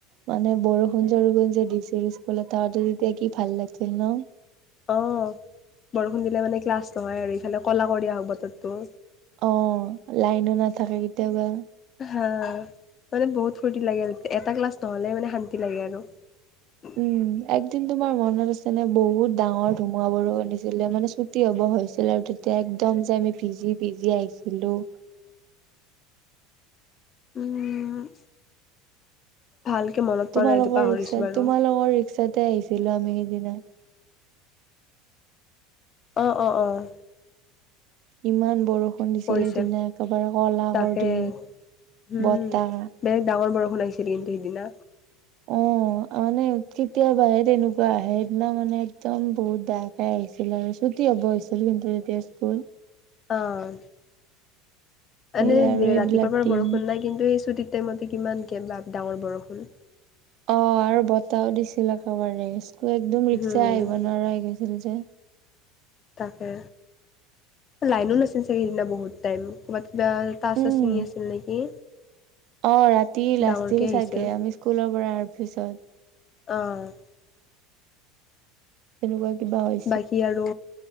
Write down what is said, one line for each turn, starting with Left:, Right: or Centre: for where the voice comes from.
Right: মানে বৰষুণ চৰষুণ যে দিছিল স্কুলত তাৰাতাৰি তে কি ভাল লাগিছিল ন?
Left: অ' বৰষুণ দিলে মানে ক্লাছ নহয়, আৰু ইফালে ক'লা কৰি আহক বতৰটো।
Right: অ' লাইনো নাথাকে কেতিয়াবা।
Left: হা' মানে বহুত ফূৰ্তি লাগে, এটা ক্লাছ নহ'লে মানে শান্তি লাগে আৰু। <unintelligible>
Right: উম, একদিন তোমাৰ মনত আছে নে বহুত ডাঙৰ ধুমুহা বৰষূণ দিছিলে মানে ছুটি হ'ব হৈছিলে আৰু? তেতিয়া একদম যে আমি ভিজি ভিজি আহিছিলো?
Left: উম। ভালকে মনত পৰা
Right: তোমালোক
Left: নাই এইটো পাহৰিছো
Right: ৰিক্সাত
Left: বাৰু
Right: তোমালোকৰ ৰিক্সাতে আহিছিলো আমি সেইদিনা।
Left: অঁ, অঁ, অঁ।
Right: ইমান বৰষুণ দিছিল
Left: পৰিছে
Right: সেইদিনা একেবাৰে ক'লা
Left: তাকে
Right: কৰি
Left: উম
Right: বতাহ
Left: বেলেগ ডাঙৰ বৰষুণ আহছিল কিন্তু সেইদিনা।
Right: অ' মানে কেতিয়াবাহে তেনেকুৱা আহে, সেইদিনা মানে একদম বহুত ডাঙৰ কে আহিছিল। আৰু ছুটী হ'ব হৈছিল কিন্তু তেতিয়া স্কুল।
Left: অ'
Right: সেই
Left: এনেই
Right: আৰু এইবিলাক
Left: ৰাতিপুৱাৰ পৰা
Right: দিন
Left: বৰষুণ নাই। কিন্তু এই ছুটিৰ টাইমতে কিমান কে ডাঙৰ বৰষূণ।
Right: অ' আৰু বতাহও দিছিল একেবাৰে স্কুলত একদম
Left: উম
Right: ৰিক্সা আহিব নোৱাৰা আহি গৈছিল যে।
Left: তাকে। লাইনো নাছিল চাগ সিদিনা বহুত টাইম, ক'ৰবাত কিবা তাৰ
Right: উম,
Left: চাৰ চিঙি আছিল নেকি?
Right: অ' ৰাতি লাষ্টছিল
Left: ডাঙৰকে
Right: চাগে
Left: আহিছিল
Right: আমি স্কুলৰ পৰা আহাৰ পিছত।
Left: অহ
Right: তেনেকুৱা কিবা হয়
Left: বাকী আৰু